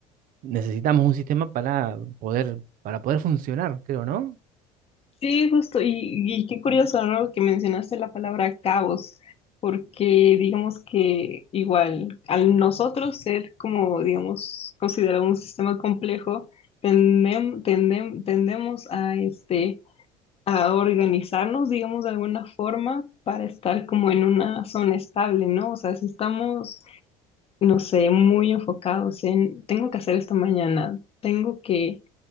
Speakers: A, on the right; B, on the left.
A: necesitamos un sistema para poder, para poder funcionar, creo, ¿no?
B: Sí, justo, y, y qué curioso, ¿no? Que mencionaste la palabra caos, porque digamos que igual, al nosotros ser como, digamos, considerado un sistema complejo, tendem- tendem- tendemos a, este, a organizarnos, digamos, de alguna forma para estar como en una zona estable, ¿no? O sea, si estamos, no sé, muy enfocados en, tengo que hacer esto mañana, tengo que